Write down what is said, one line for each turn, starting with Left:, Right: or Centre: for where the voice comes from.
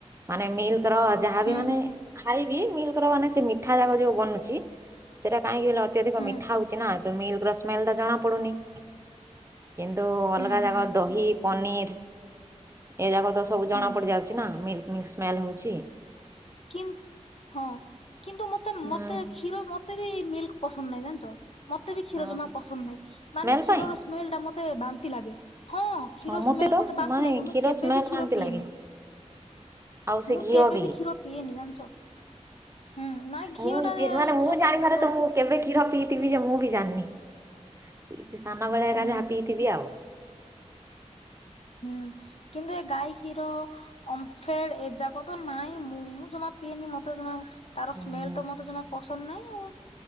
Right: ମାନେ ମିଲ୍କର ଯାହାବି
Left: ହୁଁ
Right: ମାନେ
Left: ହୁଁ ହୁଁ
Right: ଖାଇବି ମିଲ୍କର ମାନେ ସେ ମିଠା ଯାକ ଯୋଉ ବନୁଛି। ସେଟା କାହିଁକି ବଲେ ଅତ୍ୟଧିକ
Left: ହୁଁ
Right: ମିଠା ହଉଛି ନା ତ ମିଲ୍କର ସ୍ମେଲ ଟା ଜଣା ପଡୁନି। କିନ୍ତୁ ଅଲଗା
Left: ହୁଁ
Right: ଯାକ
Left: ହୁଁ
Right: ଦହି ପନିର୍। ଏଯାକ ତ ସବୁ ଜଣା
Left: ହୁଁ
Right: ପଡି ଯାଉଛି ନା ମିଲ୍କ ମିଲ୍କ ସ୍ମେଲ ହଉଛି।
Left: କି ହଁ କିନ୍ତୁ ମତେ
Right: ହୁଁ
Left: ମତେ କ୍ଷୀର ମତେ ବି ମିଲ୍କ ପସନ୍ଦ ନାହିଁ ଜାଣିଛ ମତେ ବି କ୍ଷୀର
Right: ଓହୋ
Left: ଜମା ପସନ୍ଦ ନାହିଁ
Right: ସ୍ମେଲ୍
Left: ମାନେ କ୍ଷୀରର
Right: ପାଇଁ
Left: ସ୍ମେ ସ୍ମେଲ ଟା ମତେ ବାନ୍ତି ଲାଗେ। ହଁ କ୍ଷୀର
Right: ହଁ ମୋତେ
Left: ସ୍ମେଲ
Right: ତ
Left: ମତେ ବାନ୍ତି
Right: ମାନେ
Left: ଲାଗେ
Right: କ୍ଷୀର
Left: ମୁଁ କେବେବି
Right: ସ୍ମେଲ୍
Left: କ୍ଷୀର
Right: ବାନ୍ତି
Left: ପିଏନି।
Right: ଲାଗେ ଆଉ ସେ
Left: ମୁଁ
Right: ଘିଅ
Left: କେବେବି
Right: ବି
Left: କ୍ଷୀର ପିଏନି ଜାଣିଛ। ହୁଁ ନାଇଁ
Right: ମୁଁ
Left: ଘିଅ ଟା
Right: ମାନେ
Left: ଇଟ୍ସ୍
Right: ମୁଁ
Left: ଓକେ
Right: ଜାଣିବାରେ
Left: ଚଳିବ।
Right: ତ ମୁଁ କେବେ କ୍ଷୀର ପିଇଥିବି ଯେ ମୁଁ ବି ଜାଣିନି ସାନବେଳେ
Left: ହୁଁ
Right: ଏକା ଯାହା ପିଇଥିବି ଆଉ।
Left: ହୁଁ କିନ୍ତୁ ଏ ଗାଈ କ୍ଷୀର। ଅମ୍ଫେଡ ଏଯାକ ତ ନାଇଁ ମୁଁ ଜମା ପିଏନି ମତେ ଜମା ତାର
Right: ହୁଁ
Left: ସ୍ମେଲ ତ ମତେ ଜମା ପସନ୍ଦ ନାହିଁ ଆଉ।